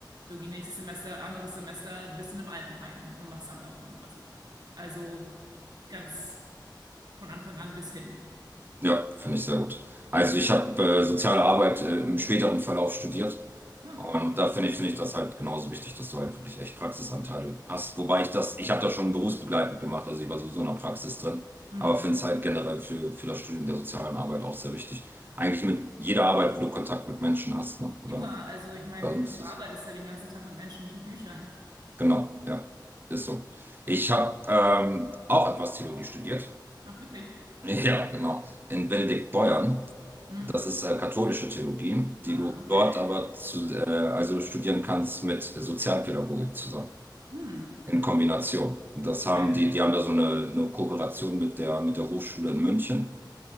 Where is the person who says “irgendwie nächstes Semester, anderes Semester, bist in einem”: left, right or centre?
Right